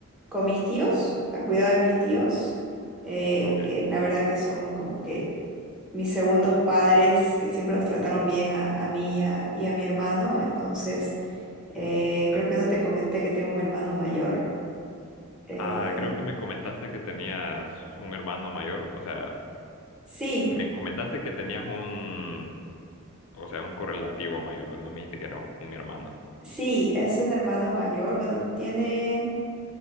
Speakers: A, in the centre; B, on the left.
A: con mis tíos, a cuidado de mis tíos, eh,
B: Ok,
A: que la verdad que son como que mis segundos padres, que siempre nos trataron bien a, a mí y a, y a mi hermano. Entonces, eh,
B: claro.
A: creo que no te comenté que tengo un hermano mayor. Em,
B: Ah, creo que me comentaste que tenías un hermano mayor, o sea,
A: sí,
B: me comentaste que tenías un, o sea, un correlativo mayor, pero no me dijiste que era un, un hermano. <laughs>
A: sí, es un hermano mayor. Bueno, tiene...